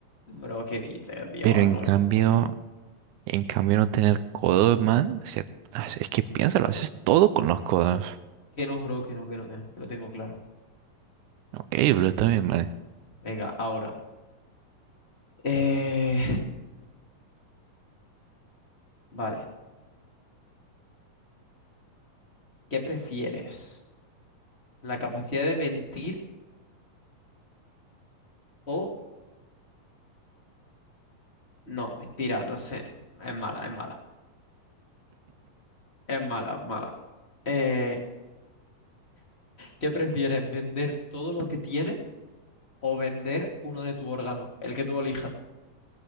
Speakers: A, on the left (about 25°); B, on the right (about 80°).
A: Bro, qué dices, Dios,
B: Pero en
A: no.
B: cambio, en cambio no tener codos, man. O sea, es es que piénsalo, haces todo con los codos.
A: Que no, bro, que no, que no, que no. Que lo tengo claro.
B: Ok, pero está bien, man.
A: Venga, ahora. Eh, Vale. ¿Qué prefieres? ¿La capacidad de mentir o... No, mentira, no sé. Es mala, es mala. Es mala, es mala. Eh, ¿qué prefieres? ¿Vender todo lo que tienes o vender uno de tu órgano? El que tú elijas. <laughs>